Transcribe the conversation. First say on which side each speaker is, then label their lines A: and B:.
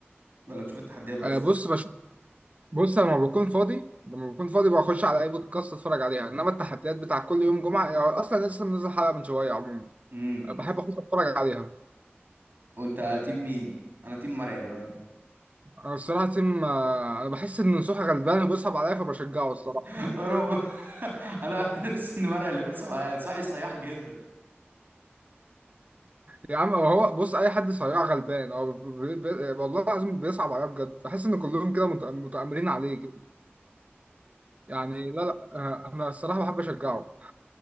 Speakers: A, on the right; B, on the right.
A: ولا بتشوف التحديات بس
B: آه، بص بش... بص لما بكون فاضي لما بكون فاضي بخش على اي بودكاست اتفرج عليها انما التحديات بتاع كل يوم جمعه يعني اصلا لسه منزل حلقه من شويه عموما
A: امم
B: آه، بحب
A: شوف
B: اخش اتفرج عليها
A: وانت تيم مين انا تيم مرعي بامانه
B: انا الصراحه تيم آه، انا بحس ان نصوحي غلبان وبيصعب عليا فبشجعه الصراحه
A: <laughs>
B: <laughs>
A: يا رب <laughs> انا بحس ان مرعي اللي بيصعب عليا نصوحي صياح جدا
B: يا عم هو بص اي حد صياع غلبان هو بي- بي- والله العظيم بيصعب عليا بجد بحس ان كلهم كده مت- متآمرين عليه كده يعني لا لا آه، انا الصراحه بحب اشجعه